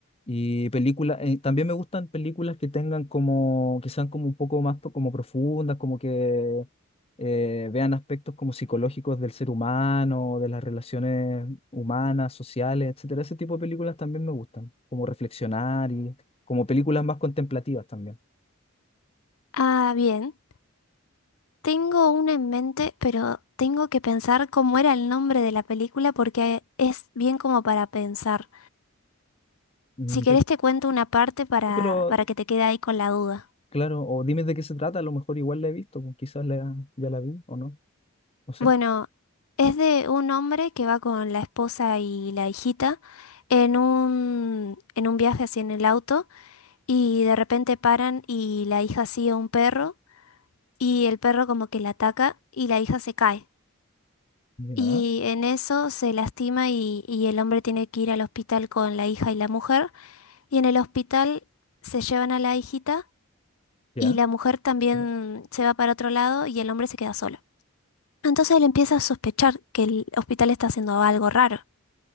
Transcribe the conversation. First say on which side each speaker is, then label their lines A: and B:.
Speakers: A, on the left; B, on the left.
A: y películas. eh, también me gustan películas que tengan como, que sean como un poco más pro- como profundas, como que eh, vean aspectos como psicológicos del ser humano, de las relaciones humanas, sociales, etcétera. Ese tipo de películas también me gustan, como reflexionar y como películas más contemplativas también.
B: Ah, bien. Tengo una en mente, pero tengo que pensar cómo era el nombre de la película porque es bien como para pensar.
A: Mm,
B: Si querés
A: Sí.
B: te cuento una parte para,
A: Sí, pero
B: para que te quede ahí con la duda.
A: Claro, o dime de qué se trata, a lo mejor igual la he visto, pues, quizás la, ya la vi o no, no sé.
B: Bueno, es de un hombre que va con la esposa y la hijita en un, en un viaje así en el auto y de repente paran y la hija sigue a un perro y el perro como que la ataca y la hija se cae.
A: Ya,
B: Y en eso se lastima y, y el hombre tiene que ir al hospital con la hija y la mujer y en el hospital se llevan a la hijita
A: ya.
B: y la mujer también
A: pero-
B: se va para otro lado y el hombre se queda solo. Entonces él empieza a sospechar que el hospital está haciendo algo raro.